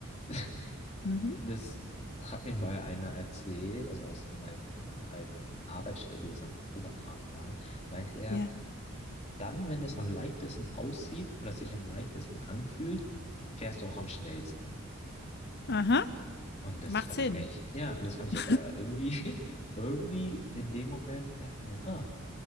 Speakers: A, on the left; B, on the left.
A: <laughs>
B: Mhm.
A: Das hat mir mal einer erzählt, also aus meiner alten Arbeitsstelle, wo wir so am Go-Kart fahren waren, meinte er,
B: Ja.
A: Dann, wenn es am leichtesten aussieht oder sich am leichtesten anfühlt, fährst du auch am schnellsten.
B: Aha.
A: Und das
B: Macht
A: fand
B: Sinn.
A: ich eigentlich, ja, und das fand ich
B: <laughs>
A: aber irgendwie, <laughs> irgendwie in dem Moment dachte ich mir, ha,